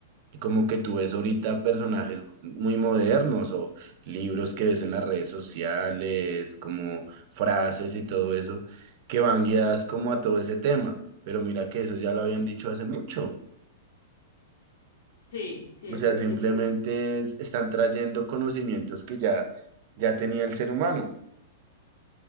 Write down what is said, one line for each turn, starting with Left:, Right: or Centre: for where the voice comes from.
Right: Y como que tú ves ahorita personajes muy modernos o libros que ves en las redes sociales, como frases y todo eso, que van guiadas como a todo ese tema. Pero mira que eso ya lo habían dicho hace mucho.
Left: Sí, sí,
Right: O
Left: eso
Right: sea, simplemente
Left: sí.
Right: es- están trayendo conocimientos que ya, ya tenía el ser humano.